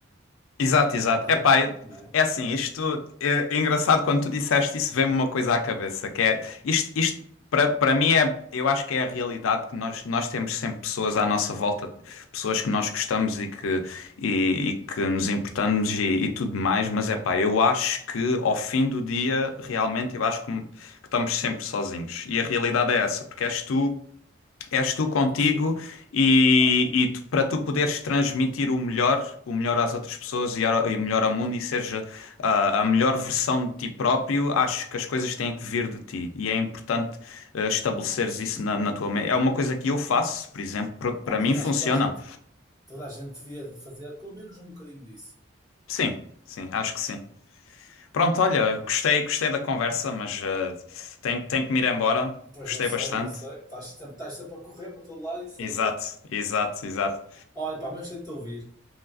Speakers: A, on the left; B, on the right.
A: Exato, exato.
B: Ali-
A: Epá, é
B: não é?
A: é assim, isto é, é engraçado quando tu disseste isso, veio-me uma coisa à cabeça, que é isto, isto para para mim é, eu acho que é a realidade que nós nós temos sempre pessoas à nossa volta, pessoas que nós gostamos e que e, e que nos importamos e, e tudo mais, mas é pá, eu acho que ao fim do dia, realmente eu acho que, que estamos sempre sozinhos. E a realidade é essa, porque és tu És tu contigo
B: Sim,
A: e,
B: claro.
A: e tu- para tu poderes transmitir o melhor, o melhor às outras pessoas e, ao- e o melhor ao mundo e seja ah, a melhor versão de ti próprio, acho que as coisas têm que vir de ti e é importante ah, estabeleceres
B: Claro que sim.
A: isso na, na tua mente. É uma coisa que eu faço, por exemplo, pr- para
B: Pá,
A: mim
B: e eu
A: funciona.
B: acho que toda a gente, toda a gente devia fazer pelo menos um bocadinho disso.
A: Sim, sim, acho que sim. Pronto, olha, gostei, gostei da conversa, mas
B: Pá,
A: ah, tenho, tenho que me ir embora.
B: pois
A: Gostei
B: eu sei,
A: bastante.
B: eu sei. Estás sempre, estás sempre a correr para todo lado e sei
A: Exato,
B: eu.
A: exato, exato.
B: Olha, pá, mas gostei de te ouvir.